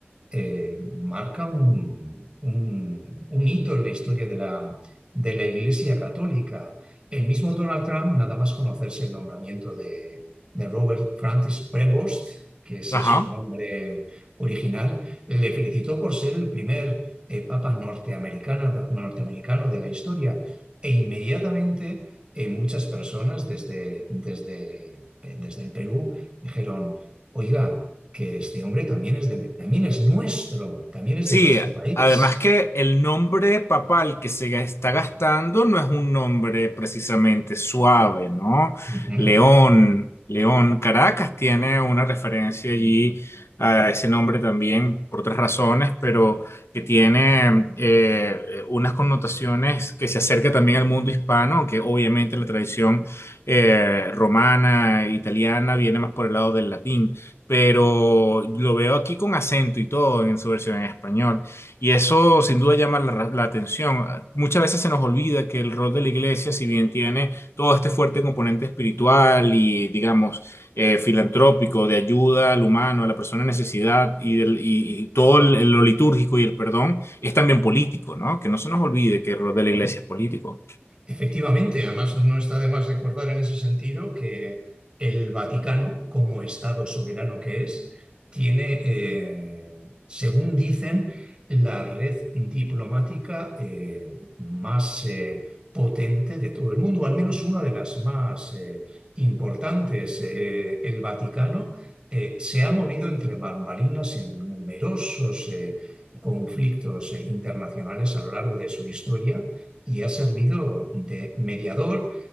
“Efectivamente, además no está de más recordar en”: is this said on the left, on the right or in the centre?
Right